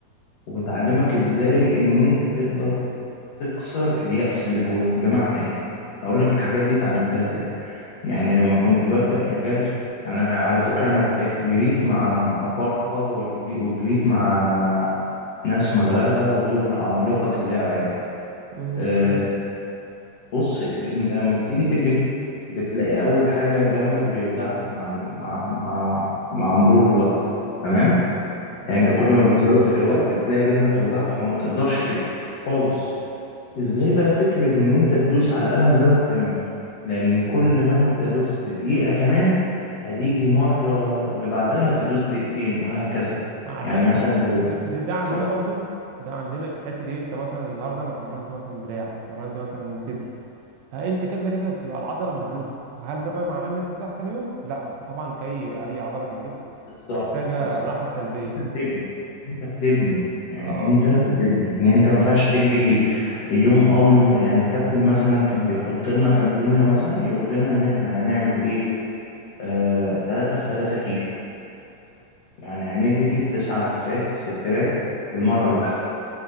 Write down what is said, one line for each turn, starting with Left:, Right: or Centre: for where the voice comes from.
Left: وبتعلمك ازاي ان انت تقدر تكسر اليأس اللي جواك بمعنى ايه هقول لك الحاجات دي اتعلمتها ازاي يعني لما كنت ببدأ الجري انا لا- على فكره انا الع- جريت مع مع افارقه والج- وجريت مع ناس مغاربه ودول عمالقه اللعبه يعني
Right: امم
Left: آه،
Right: تمام
Left: بص ال- انت لما بتيجي تجري بتلاقي اول حاجه جنبك بيوجعك مع ال- مع مع, مع مرور الوقت تمام
Right: تمام
Left: يعني انت كل ما بتزود في الوقت بتلاقي جنبك يوجعك ما, ما تقدرش تجري خالص ازاي بقى فكره ان انت تدوس على القلم ده وتكمل لان كل ما انت دوست دقيقه كمان هتيجي مره اللي بعدها تدوس دقيقتين وهكذا
Right: ما على
Left: يعني
Right: فكره
Left: مثلا
Right: ده, ده ده عندنا
Left: لو
Right: برضو ده عندنا في حته ايه انت مثلا النهارده انا اتمرنت مثلا دراع اتمرنت مثلا صدر ها انت كده كده بتبقى العضله مهلوكه هل ده بقى معناه ان انت تريح تاني يوم لا انت طبعا كاي اي عضله في الجسم
Left: بالظبط
Right: محتاجه
Left: بالظبط
Right: الراحه السلبيه
Left: لان انت بتبني انت بتبني يعني
Right: اه
Left: انت بتبني يعني انت ما ينفعش تجري يوم اه ويوم لا يعني الكابتن مثلا كان بيحط لنا تمرينه مثلا يقول لنا ان احنا هنعمل ايه آه 3 في 3 كيلو يعني هنجري تسع لفات في التراك في المره الواحده